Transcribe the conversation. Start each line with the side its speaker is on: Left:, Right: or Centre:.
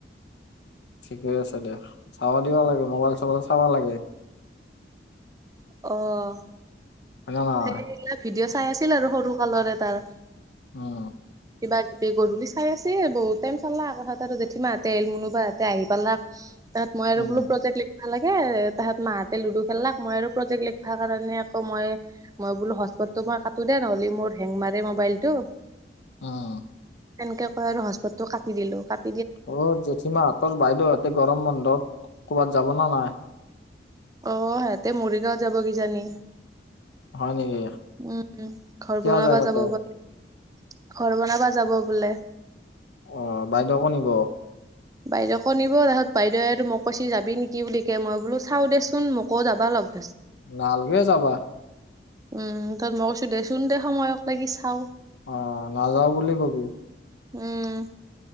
Left: ঠিকে আছে দে, চাব দিব লাগে মোবাইল চবাইল চাব লাগে।
Right: অ'
Left: হয় নে নহয়
Right: সেইবিলাক ভিডিঅ চাই আছিল আৰু সৰু কালৰে তাৰ।
Left: উম
Right: কিবা কিবি গধূলি চাই আছে বহুত, টাইম চালা আকৌ, সেহেঁতৰ জেঠীমাহঁতে, মুনুবা হঁতে আহি পালাক। তাছত মই আৰু
Left: উম
Right: বোলো প্ৰজেক্ট লিখ বা লাগে, তাহাঁত মাহঁতে লুডু খেললাক, মই আৰু প্ৰজেক্ট লিখবা কাৰণে আকৌ মই মই বোলো হটচপতটো মই কাটো দে নহ'লে মোৰ হেং মাৰে মোবাইল টো
Left: উম
Right: তেনকে কৈ আৰু হটচপতটো কাটি দিলো, কাট
Left: অ', জেঠীমাহঁতৰ বাইদেউহঁতে গৰম বন্ধত ক'বাত যাব নে নাই?
Right: অ', সেহঁতে মৰিগাঁও যাব কিজানি!
Left: হয় নেকি
Right: উম, ঘৰ
Left: কিয়
Right: বনাবা
Left: যায় তাতে
Right: যাব পাৰ ঘৰ বনাবা যাব বোলে।
Left: অ, বাইদেউকো নিব?
Right: বাইদেউকো নিব, তাৰছত বাইদেউৱেতো মোক কৈছে যাবি নেকি বুলি কে, মই বোলো চাওঁ দেচোন মোকো যাবা লাগ
Left: নালগে যাবা।
Right: উম, তাত মই কৈছো দেচোন দে সময়ক লাগি চাওঁ।
Left: অ', নাযাওঁ বুলি ক'বি।
Right: উম।